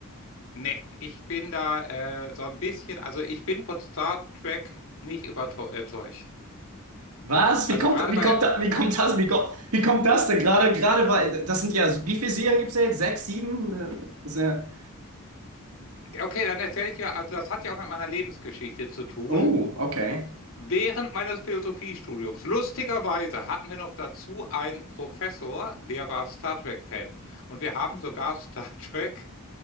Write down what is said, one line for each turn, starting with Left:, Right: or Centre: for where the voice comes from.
Left: ne, ich bin da äh, so ein bisschen, also ich bin von Star Trek nicht überzeugt.
Right: Was?
Left: Also
Right: Wie kommt,
Left: gerade
Right: wie
Left: bei,
Right: kommt, da, wie kommt das, wie kommt, wie kommt das denn? Gerade, gerade war, das sind ja, wie viele Serien gibt es jetzt? Sechs, sieben? Äh, das ist ja,
Left: Ja, okay, dann erzähle ich dir, also das hat ja auch mit meiner Lebensgeschichte zu tun.
Right: oh, okay.
Left: Während meines Philosophiestudiums, lustigerweise, hatten wir noch dazu einen Professor, der war Star Trek-Fan. Und wir haben sogar Star Trek